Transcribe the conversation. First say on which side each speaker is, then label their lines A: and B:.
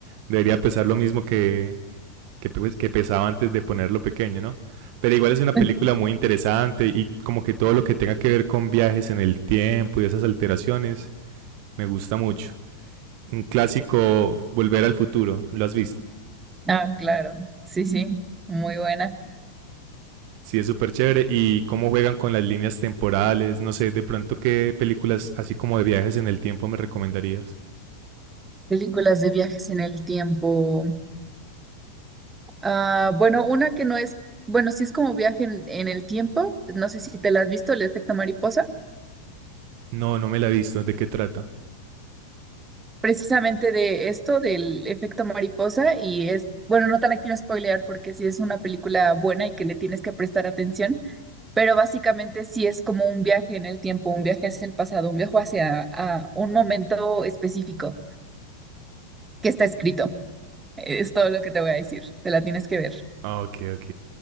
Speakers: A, on the right (about 45°); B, on the right (about 15°).
A: Debería pesar lo mismo que, que, pues, que pesaba antes de ponerlo pequeño, ¿no? Pero igual es una
B: <laughs>
A: película muy interesante y como que todo lo que tenga que ver con viajes en el tiempo y esas alteraciones, me gusta mucho. Un clásico, Volver al Futuro, ¿lo has visto?
B: Ah, claro, sí, sí, muy buena.
A: Sí, es súper chévere. ¿Y cómo juegan con las líneas temporales? No sé, de pronto, ¿qué películas así como de viajes en el tiempo me recomendarías?
B: Películas de viajes en el tiempo. Ah, bueno, una que no es, bueno, sí es como viaje en, en el tiempo, no sé si te la has visto, El efecto mariposa.
A: No, no me la he visto. ¿De qué trata?
B: precisamente de esto, del efecto mariposa, y es, bueno, no te la quiero spoilear porque sí es una película buena y que le tienes que prestar atención, pero básicamente sí es como un viaje en el tiempo, un viaje hacia el pasado, un viaje hacia a un momento específico que está escrito. E-, Es todo lo que te voy a decir, te la tienes que ver.
A: Ah, ok, ok.